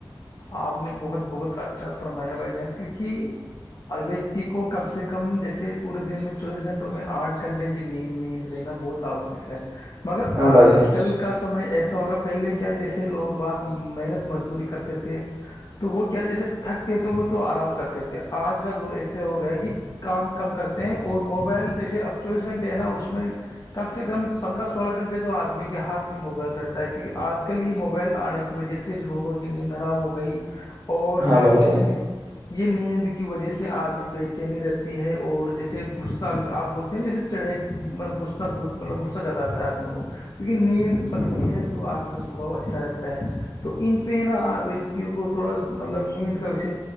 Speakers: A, on the left; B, on the right.
A: آپ نے بہت بہت اچھا فرمایا بھائی جان کیونکہ ابویکتی کو کم سے کم جیسے پورے دن میں چوبیس گھنٹوں میں آٹھ گھنٹے کی نیند میند لینا بہت تا ہو سک ہے مگر
B: ہاں بھائی
A: آج
B: جان
A: کل کا سمے ایسا ہوگا پہلے کیا جیسے لوگ باغ محنت مزدوری کرتے توتے تو وہ کیا جیسے تھکتے تھے وہ تو آرام کرتے تھے آج کا دور ایسے ہو گیا ہے کہ کام کم کرتے ہیں اور موبائل جیسے اب چوبیس گھنٹے ہیں نا اس میں کم سے کم پندرہ سولہ گھنٹے تو آدمی کے ہاتھ میں موبائل رہتا ہے کیونکہ آج کل یہ موبائل آنے کی وجہ سے لوگوں کی نیند حرام ہو گئی اور
B: ہاں بھائی
A: نیند
B: جان
A: یہ نیند کی وجہ سے آدمی بےچینی رہتی ہے اور جیسے غصہ آپ بول جیسے چڑےبغہ مطلب غصہ زیادہ آتا ہے آدمی کو کیونکہ نیند پکتی ہے تو آدمی کا سوباؤ اچھا رہتا ہے تو ان پہ نا وں کو تھوڑا مطلب نیند کا وش